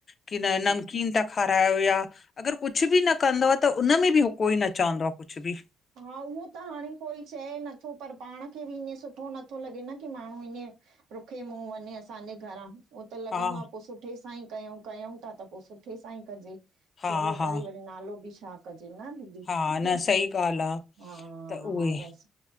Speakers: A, on the left; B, on the right.
A: की न,
B: जी
A: नमकीन था खारायो या। अगरि कुझु बि न कंदोव। त उन में बि हु कोई चॉऊदो कुझु बि।
B: हां, उहो त हाणे कोई चए नथो। पर पाण खे बि ईअं सुठो नथो लॻे न। की माण्हू ईअं रूखे मुहुं वञे, असांजे घरां। त लॻंदो
A: हा
B: आहे। पोइ सुठे सां ई कयूं-कयूं था। त पोइ सुठे सां ई कजे।
A: हा
B: थोरो
A: हा
B: करे, वरी नालो बि छा कजे? न दी, हां
A: हा न सही ॻाल्हि आहे त उहे
B: बसि।